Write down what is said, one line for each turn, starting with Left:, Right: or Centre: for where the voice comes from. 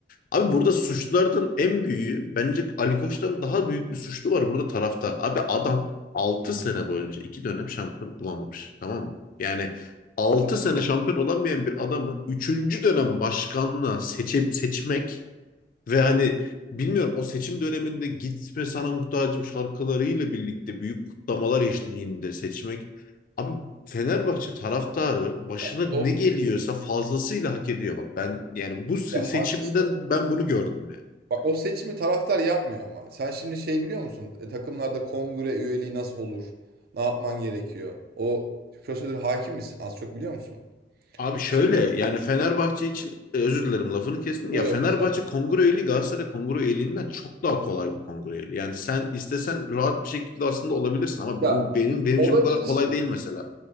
Left: Abi burada suçlulardan en büyüğü bence Ali Koç'tan daha büyük bir suçlu var burada taraftar. Abi adam altı
Right: Hı hı
Left: sene boyunca 2 dönem şampiyon olamamış. Tamam mı? Yani
Right: hı.
Left: 6 sene şampiyon olamayan bir adamı üçüncü dönem başkanlığa seçip seçmek ve hani bilmiyorum o seçim döneminde Gitme Sana Muhtacım şarkılarıyla birlikte büyük kutlamalar eşliğinde seçmek. Abi Fenerbahçe taraftarı başına
Right: Ya Dost
Left: ne geliyorsa fazlasıyla hak ediyor bak. Ben yani bu se-
Right: ya haklısın.
Left: seçimden
Right: da-
Left: ben bunu gördüm yani.
Right: Bak o seçimi taraftar yapmıyor ama. Sen şimdi şey biliyor musun? E, takımlarda kongre üyeliği nasıl olur? Ne yapman gerekiyor? O prosedür hakim misin? Az çok biliyor musun?
Left: Abi şöyle
Right: Şimdi
Left: yani Fenerbahçe için e, özür dilerim lafını kestim. Ya
Right: Yok,
Left: Fenerbahçe
Right: estağfurullah.
Left: kongre üyeliği Galatasaray kongre üyeliğinden çok daha kolay bir kongre üyeliği. Yani sen istesen rahat bir şekilde aslında olabilirsin ama
Right: ya
Left: bu benim benim
Right: olabilirsin.
Left: için bu kadar kolay değil mesela.